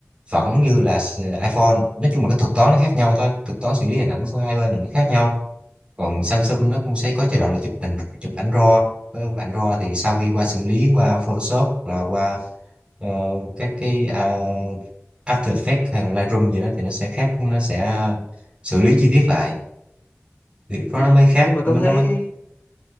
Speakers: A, on the right (about 25°); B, on the left (about 40°).
A: vẫn như là s- iPhone nói chung là cái thuật toán nó khác nhau thôi thuật toán xử lý hình ảnh của hai bên thì nó khác nhau còn Samsung nó cũng sẽ có chế độ là chụp hình chụp ảnh RAW với ảnh RAW thì sau khi qua xử lý qua Photoshop hoặc là qua ờ, các cái à, After Effects hay là Lightroom gì đó thì nó sẽ khác nó sẽ xử lý chi tiết lại thì lúc nó
B: ừ,
A: mới
B: nhưng
A: khác
B: mà
A: mới
B: tao thấy
A: nó mới